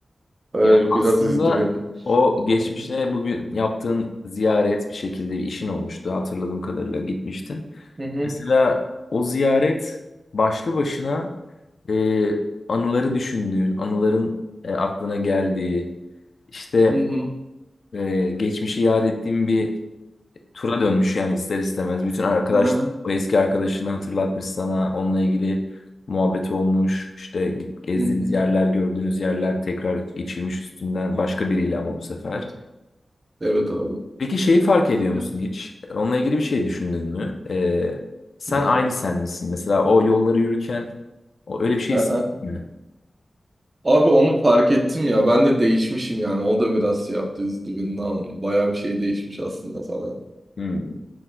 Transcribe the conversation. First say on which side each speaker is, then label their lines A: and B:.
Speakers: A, on the right; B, on the left.
A: Öyle
B: Yani
A: biraz
B: aslında
A: üzdü beni.
B: o geçmişine
A: Hı hı.
B: bugün yaptığın ziyaret bir şekilde işin olmuştu hatırladığım kadarıyla gitmiştin.
A: Hı hı.
B: Mesela o ziyaret başlı başına e, anıları düşündüğün, anıların e, aklına geldiği, işte
A: Hı hı.
B: e, geçmişi yad ettiğin bir tura dönmüş yani ister istemez. Bütün arkadaşlar
A: Hı hı.
B: o eski arkadaşını hatırlatmış sana, onunla ilgili muhabbet olmuş, işte git- gezdiğiniz
A: Hı hı.
B: yerler, gördüğünüz yerler tekrar geçilmiş üstünden başka biriyle ama bu sefer.
A: Evet Evet abi.
B: Peki şeyi fark ediyor
A: Ya.
B: musun hiç? Onunla ilgili bir şey düşündün mü? E, sen
A: Ne?
B: aynı sen misin? Mesela o yolları yürürken O öyle bir şey hissetmiyor.
A: Aha. Abi onu fark ettim ya ben de değişmişim yani o da biraz şey yaptı üzdü beni Lan bayağı bir şey değişmiş aslında falan.
B: Hmm.